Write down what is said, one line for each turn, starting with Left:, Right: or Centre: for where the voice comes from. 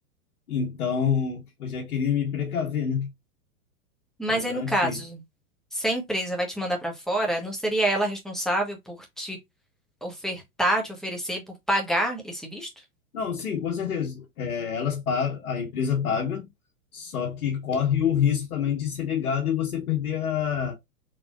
Left: Então, eu já queria me precaver, né?
Centre: Mas
Left: Já garantir.
Centre: aí no caso, se a empresa vai te mandar para fora, não seria ela responsável por te ofertar, te oferecer, por pagar esse visto?
Left: Não, sim, com certeza. É, elas pa- a empresa paga, só que corre o risco também de ser negado e você perder a,